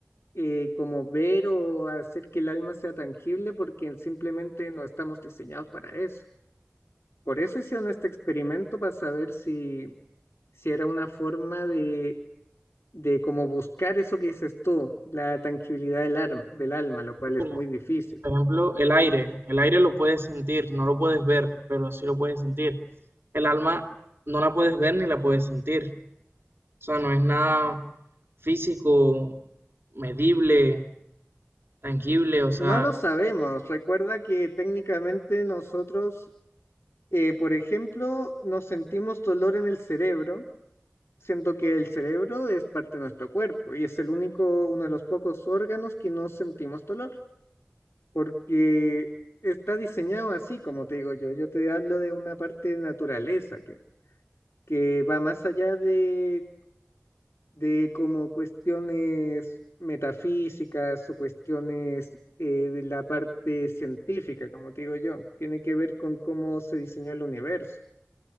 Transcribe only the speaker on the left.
eh, como ver o hacer que el alma sea tangible porque simplemente no estamos diseñados para eso. Por eso hicieron este experimento para saber si, si era una forma de, de como buscar eso que dices tú, la tranquilidad del, arm- del alma, lo cual es
muy difícil.
No lo sabemos. Recuerda que técnicamente nosotros, eh, por ejemplo, nos sentimos dolor en el cerebro, siendo que el cerebro es parte de nuestro cuerpo y es el único, uno de los pocos órganos que no sentimos dolor. porque está diseñado así, como te digo yo. Yo te hablo de una parte de naturaleza que, que va más allá de, de como cuestiones metafísicas o cuestiones eh, de la parte científica, como te digo yo. Tiene que ver con cómo se diseñó el universo.